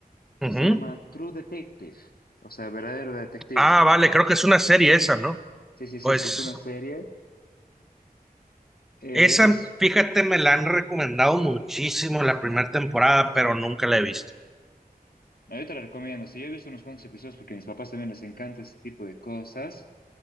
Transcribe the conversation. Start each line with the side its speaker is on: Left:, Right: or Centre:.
Left: que
Centre: Ujú.
Left: se llama True Detective, o sea, verdadero detective
Centre: Ah,
Left: si quieres.
Centre: vale, creo que es una serie esa, ¿no?
Left: Sí, sí, sí,
Centre: Pues.
Left: sí, es una serie. Eh,
Centre: Esa,
Left: des-
Centre: fíjate, me la han recomendado muchísimo la primera temporada, pero nunca la he visto.
Left: No, yo te la recomiendo. Sí, yo he visto unos cuantos episodios porque a mis papás también les encanta este tipo de cosas.